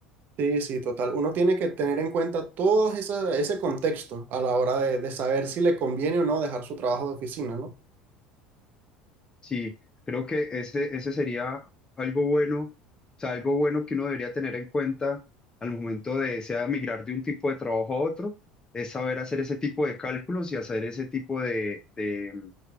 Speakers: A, on the right; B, on the left.
A: Sí, sí, total. Uno tiene que tener en cuenta todo esa- ese contexto a la hora de, de saber si le conviene o no dejar su trabajo de oficina, ¿no?
B: Sí, creo que ese, ese sería algo bueno, o sea, algo bueno que uno debería tener en cuenta al momento de, sea migrar de un tipo de trabajo a otro, es saber hacer ese tipo de cálculos y hacer ese tipo de, de, mm,